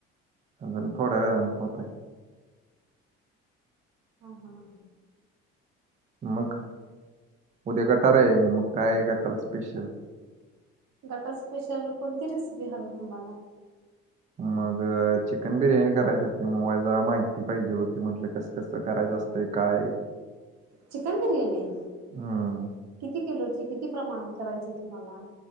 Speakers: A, on the right (about 25°); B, on the right (about 70°).
A: अजून थोड्या वेळाने होतंय
B: ह ह ह
A: मग उद्या गटारी आहे मग काय कटार स्पेशल?
B: गटारी स्पेशल कोणती रेसिपी हवी तुम्हाला?
A: मग चिकन बिर्याणी करायची होती मग मला जरा माहिती पाहिजे होती म्हटलं कसं कसं करायचं असतं? ते काय?
B: चिकन बिर्याणी
A: हम्म.
B: किती किलोची किती प्रमाणात करायची तुम्हाला?